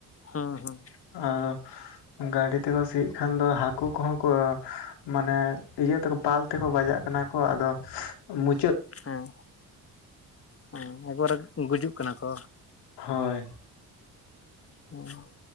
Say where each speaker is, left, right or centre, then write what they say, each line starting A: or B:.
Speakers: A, on the left (about 35°); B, on the left (about 80°).
A: ᱦᱩᱸ ᱦᱩᱸ᱾
B: <unintelligible> ᱜᱟᱹᱰᱤ ᱛᱮᱠᱚ ᱥᱤᱭᱮ ᱠᱷᱟᱱ ᱫᱚ ᱦᱟᱹᱠᱩ ᱠᱚᱦᱚᱸ ᱠᱚ ᱢᱟᱱᱮ ᱤᱭᱟᱹ ᱛᱮᱠᱚ ᱯᱟᱞ ᱛᱮᱠᱚ ᱵᱟᱡᱟᱜ᱾ ᱠᱟᱱᱟ ᱠᱚ ᱟᱫᱚ ᱢᱩ
A: ᱦᱮᱸ ᱦᱮᱸ ᱮᱵᱟᱨᱮ ᱜᱩᱡᱩᱜ ᱠᱟᱱᱟ ᱠᱚ᱾
B: ᱦᱳᱭ
A: <unintelligible>